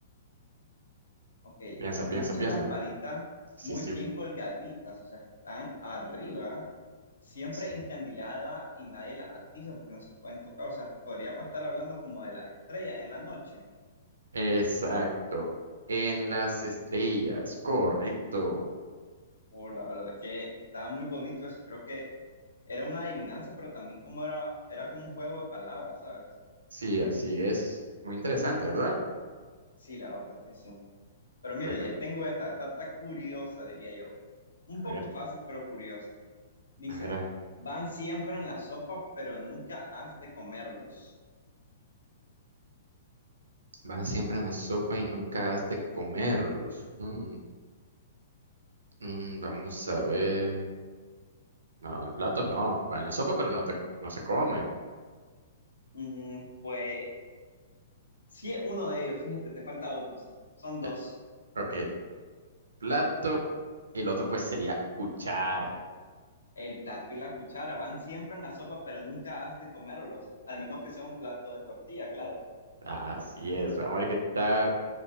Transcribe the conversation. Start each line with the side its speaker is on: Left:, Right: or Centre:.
Left: ok,
Right: Piensa, piensa,
Left: muchas
Right: piensa.
Left: lamparitas
Right: Sí,
Left: muy
Right: sí,
Left: bien colgaditas, o sea, que están arriba, siempre
Right: sí.
Left: encandiladas y nadie las atiza porque no se pueden tocar. O sea, podríamos estar hablando como de la estrella en la noche.
Right: Exacto. En las estrellas, correcto.
Left: Oh, la verdad es que estaba muy bonito eso. Creo que Era una adivinanza, pero también como era, era como un juego de palabras, ¿sabes?
Right: Sí, así es. Muy interesante, ¿verdad?
Left: Sí, la verdad es que sí. Pero mira,
Right: A ver,
Left: Elías,
Right: qué-
Left: tengo esta, esta está curiosa, diría yo. Un poco
Right: a ver,
Left: fácil, pero curiosa. Dice,
Right: a ver, a- ver.
Left: van siempre en la sopa, pero nunca has de comerlos.
Right: Van siempre en la sopa y nunca has de comerlos. Mm, mm, vamos a ver. No, el plato no. Va en la sopa, pero no, te, no se come.
Left: Mm, pues sí es uno de ellos, fíjate, te falta otro, sí. Son dos.
Right: Eh, Ok, plato. Y el otro pues sería cuchara.
Left: El plato y la cuchara van siempre en la sopa, pero nunca has de comerlos. Al menos que sea un plato de tortilla, claro.
Right: Así es. Vamos a ver qué tal.